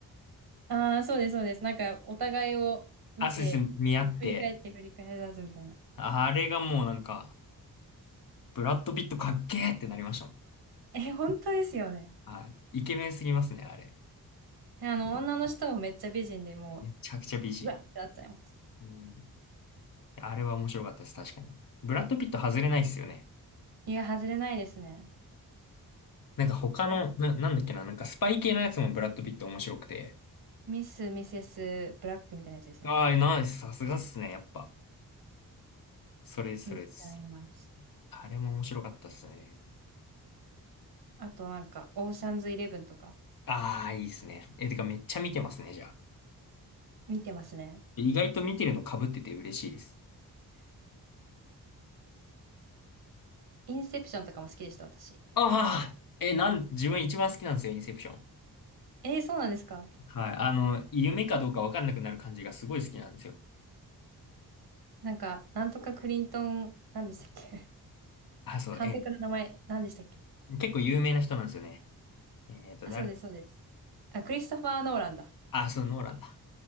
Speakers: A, on the right; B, on the left.
A: ああ、そうです、そうです。なんか、お互いを見て、
B: あ、そうです。見合って。
A: 振り返って振り返らずみたいな。
B: あれがもうなんか、ブラッド・ピットかっけーってなりましたもん。
A: <laughs> え、本当ですよね。
B: はい。イケメンすぎますね、あれ。
A: あの、女の人もめっちゃ美人でも
B: めちゃくちゃ美人。
A: う、うわってなっちゃいます。
B: うん。あれは面白かったです、確かに。ブラッド・ピット外れないっすよね。
A: いや、外れないですね。
B: なんか他の、
A: あ
B: な、なんだっけな、なんかスパイ系のやつもブラッド・ピット面白くて。
A: ミス・ミセス・ブラックみたいなやつですよね。
B: ああ、ナイス、さすがっすね、やっぱ。それです、
A: 見ちゃいます。
B: それです。あれも面白かったっすね。
A: あとなんか、オーシャンズイレブンとか
B: ああ、いいっすね。え、てかめっちゃ見てますね、じゃあ。
A: 見てますね。
B: 意外と見てるの被ってて嬉しいです。
A: インセプションとかも好きでした、私。
B: ああ、え、なん、自分一番好きなんですよ、インセプション。
A: えー、そうなんですか
B: はい。あの、夢かどうかわかんなくなる感じがすごい好きなんですよ。
A: なんか、なんとかクリントン、なんでしたっけ <laughs>
B: あ、そう、
A: 監督の名前、
B: え
A: なんでしたっけ
B: ー、結構有名な人なんですよね。えっと、
A: あ、
B: 誰だ
A: そうです、そうです。あ、クリストファー・ノーランだ。
B: あ、そう、ノーランだ。